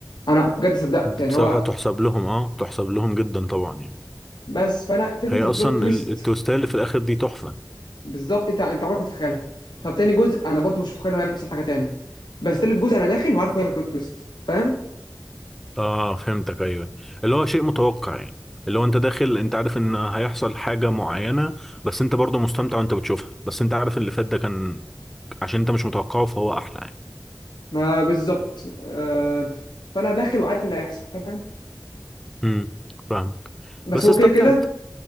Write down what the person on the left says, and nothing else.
انا بجد صدقت
يعني
هو
بس فانا فكره
البلوت تويست
بالظبط انت انت عمرك ما تتخيلها طب تاني جزء انا برضو مش متخيل هو هيعمل نفس الحاجه تاني بس تالت جزء انا داخل وعارف هو هيعمل بلوت تويست فاهم
ما بالظبط آه فانا داخل وعارف اللي هيحصل فاهم حاجة؟
بس
هو
كده كده